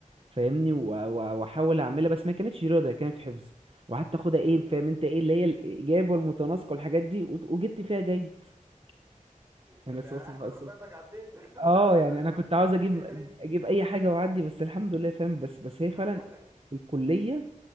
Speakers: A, on the right; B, on the right.
A: فاهمني و-
B: مم.
A: و- واحاول اعملها بس ما كانتش رياضه هي كانت حفظ وقعدت اخدها
B: مم.
A: ايه فاهم انت ايه اللي هي الاجابه والمتناسقه والحاجات دي وت- وجبت فيها جيد <laughs>
B: مم.
A: يعني
B: طب
A: بس
B: يا
A: بس
B: احمد
A: بس
B: ربنا انك عديت <laughs>
A: اه
B: انا
A: يعني
B: ده
A: انا
B: انا
A: كنت
B: المادة
A: عاوز
B: اللي
A: اجيب
B: بحكي لك عليها دي
A: اجيب اي حاجه واعدي بس الحمد لله فاهم بس بس هي فعلا
B: ما انا بقول لك
A: الكليه